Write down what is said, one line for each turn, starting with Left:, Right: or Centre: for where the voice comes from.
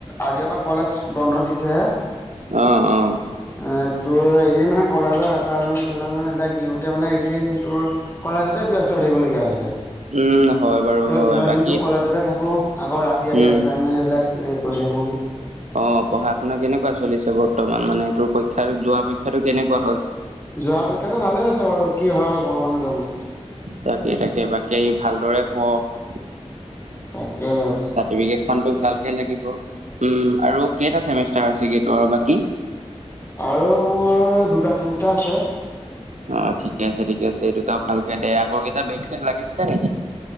Left: আজিৰ পৰা কলেজ বন্ধ দিছেহে।
Right: অঁ অঁ।
Left: এ তোৰ এইকদিন মানে কলেজৰ এছাইনমেণ্ট চেছাইনমেণ্ট এইবিলাক দিওঁতে মানে এইকদিন তোৰ কলেজতে ব্যস্ত হৈ থাকিব লগীয়া হৈছে।
Right: উম হয় বাৰু
Left: তই
Right: হয়
Left: দিনৰ
Right: বাকী
Left: দিনত কলেজতে থা কো আকৌ আকৌ ৰাতি আহি
Right: উম
Left: এছাইনমেণ্ট এইবিলাক কৰি থাকোঁহি।
Right: অ' পঢ়া শুনা কেনেকুৱা চলিছে বৰ্তমান মানে তোৰ পৰীক্ষা যোৱা পৰীক্ষাতটো কেনেকুৱা হল।
Left: যোৱা পৰীক্ষাতো ভালে হৈছে বাৰু কি হয় আৰু ভগৱানে জানে।
Right: তাকে তাকে বাকী ভালদৰে পঢ।
Left: তাকেহে।
Right: চাৰ্টিফিকেট খনটো ভালকে লাগিব উম আৰু কেইটা চেমিষ্টাৰ আছে আৰু বাকী।
Left: আৰু মোৰ দুটা চেমিষ্টাৰ আছে।
Right: অ' ঠিকে আছে ঠিকে আছে এই দুটা ভালকে দে আগৰ কেইটা বেগ চেগ লাগিছিলে নেকি।